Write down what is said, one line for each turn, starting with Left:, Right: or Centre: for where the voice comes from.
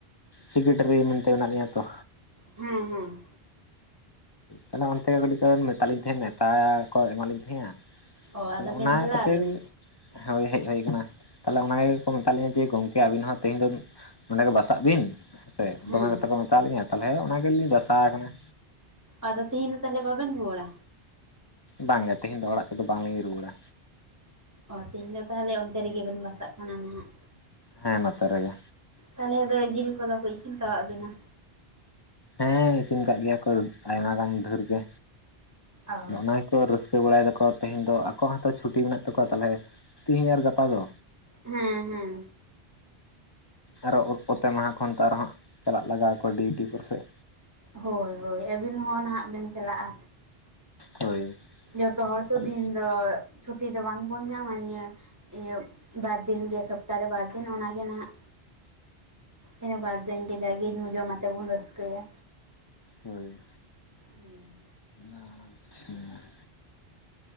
Left: ᱥᱮᱠᱨᱮᱴᱟᱨᱤ ᱢᱮᱱᱛᱮ ᱢᱮᱱᱟᱜ ᱞᱤᱧᱟᱹ ᱛᱚ᱾
Right: ᱦᱮᱸ ᱦᱮᱸ᱾
Left: ᱛᱟᱦᱞᱮ ᱚᱱᱛᱮ ᱜᱮ ᱠᱟᱹᱴᱤᱡ ᱠᱚ ᱢᱮᱛᱟᱞᱤᱧ ᱛᱟᱦᱮᱸᱱᱟ ᱱᱮᱣᱛᱟ ᱠᱚ ᱮᱢᱟᱞᱤᱧ ᱛᱟᱦᱮᱸ-ᱟ᱾
Right: ᱚ ᱟᱫᱚ
Left: ᱛᱟᱞᱦᱮ
Right: ᱵᱤᱱ
Left: ᱚᱱᱟ
Right: ᱪᱟᱞᱟᱣ
Left: ᱠᱷᱟᱹᱛᱤᱨ
Right: ᱞᱮᱱᱟ
Left: ᱦᱳᱭ ᱦᱮᱡ ᱦᱩᱭ ᱟᱠᱟᱱᱟ, ᱛᱟᱦᱞᱮ ᱚᱱᱟ ᱜᱮᱠᱚ ᱢᱮᱛᱟᱜ ᱞᱤᱧᱟ ᱡᱮ ᱜᱚᱢᱠᱮ ᱟᱹᱵᱤᱱ ᱦᱚᱸ ᱛᱮᱦᱮᱧ ᱫᱚ ᱚᱸᱰᱮ ᱜᱮ ᱵᱟᱥᱟᱜ ᱵᱤᱱ ᱦᱮᱥᱮ᱾
Right: ᱦᱮᱸ
Left: ᱫᱚᱢᱮ ᱜᱟᱛᱮ ᱠᱚ ᱢᱮᱛᱟᱞᱤᱧᱟᱹ ᱛᱟᱞᱦᱮ ᱚᱰᱮᱜᱮᱞᱤᱧ ᱵᱟᱥᱟᱣ ᱠᱟᱱᱟ।
Right: ᱟᱫᱚ ᱛᱮᱦᱮᱧ ᱫᱚ ᱛᱟᱦᱮᱞᱮ ᱵᱟᱵᱤᱱ ᱨᱩᱣᱟᱹᱲᱟ?
Left: ᱵᱟᱝ ᱜᱮ ᱛᱮᱦᱮᱧ ᱫᱚ ᱚᱲᱟᱜ ᱛᱚᱫᱚ ᱵᱟᱝᱞᱤᱧ ᱨᱩᱣᱟᱹᱲᱟ᱾
Right: ᱚ ᱛᱮᱦᱮᱧ ᱫᱚ ᱛᱟᱦᱮᱞᱮ ᱚᱱᱛᱮ ᱨᱮᱜᱮᱵᱤᱱ ᱵᱟᱥᱟᱜ ᱠᱟᱱᱟ ᱱᱟᱦᱟᱜ᱾
Left: ᱦᱮᱸ ᱱᱚᱛᱮ ᱨᱮᱜᱮ᱾
Right: ᱛᱟᱞᱦᱮ ᱫᱚ ᱡᱤᱞ ᱠᱚᱫᱚ ᱠᱚ ᱤᱥᱤᱱ ᱠᱟᱣᱟᱫ ᱵᱤᱱᱟ?
Left: ᱦᱮᱸ ᱤᱥᱤᱱ ᱟᱠᱟᱫ ᱜᱮᱭᱟ ᱠᱚ ᱟᱭᱢᱟ ᱜᱟᱱ ᱫᱷᱮᱨ ᱜᱮ᱾
Right: ᱚ
Left: ᱱᱚᱜ-ᱚᱱᱟᱭ ᱠᱚ ᱨᱟᱹᱥᱠᱟᱹ ᱵᱟᱲᱟᱭ ᱫᱟᱠᱚ ᱛᱮᱦᱤᱧ ᱫᱚ ᱟᱠᱚᱣᱟᱜ ᱦᱚᱸᱛᱚ ᱪᱷᱩᱴᱤ ᱢᱮᱱᱟᱜ ᱛᱟᱠᱚᱣᱟ ᱛᱟᱦᱚᱞᱮ ᱛᱤᱦᱤᱧ ᱟᱨ ᱜᱟᱯᱟ ᱫᱚ᱾
Right: ᱦᱮᱸ ᱦᱮᱸ᱾
Left: ᱟᱨᱚ ᱚ-ᱚᱛᱮ ᱢᱟᱦᱟ ᱠᱷᱚᱱ ᱛᱚ ᱟᱨᱚ ᱦᱟᱸᱜ ᱪᱟᱞᱟᱜ ᱞᱟᱜᱟᱣ ᱟᱠᱚᱣᱟ ᱰᱤᱭᱩᱴᱤ ᱠᱚᱥᱮᱫ᱾
Right: ᱦᱳᱭ ᱦᱳᱭ ᱟᱹᱵᱤᱱ ᱦᱚᱸ ᱱᱟᱦᱟᱜ ᱵᱤᱱ ᱪᱟᱞᱟᱜᱼᱟ᱾
Left: ᱦᱳᱭ᱾
Right: ᱡᱚᱛᱚ ᱦᱚᱲ ᱛᱚ
Left: ᱦᱳᱭ
Right: ᱫᱤᱱ ᱫᱚ ᱪᱷᱩᱴᱤ ᱫᱚ ᱵᱟᱝᱵᱚᱱ ᱧᱟᱢᱟ᱾ ᱱᱤᱭᱟ. ᱤᱭᱟᱹ ᱵᱟᱨᱫᱤᱱ ᱜᱮ ᱥᱚᱯᱛᱟᱦᱚᱨᱮ ᱵᱟᱨ ᱫᱤᱱ ᱚᱱᱟᱜᱮ ᱱᱟᱱᱟᱜᱹ ᱤᱱᱟᱹ ᱵᱟᱨ ᱫᱤᱱ ᱜᱮ ᱡᱟ ᱜᱮ ᱧᱩ-ᱡᱚᱢ ᱟᱛᱮ ᱵᱚᱱ ᱨᱟᱹᱥᱠᱟᱹᱭᱟ᱾
Left: ᱦᱳᱭ᱾
Right: ᱦᱩᱸ᱾
Left: ᱟᱪᱪᱷᱟ᱾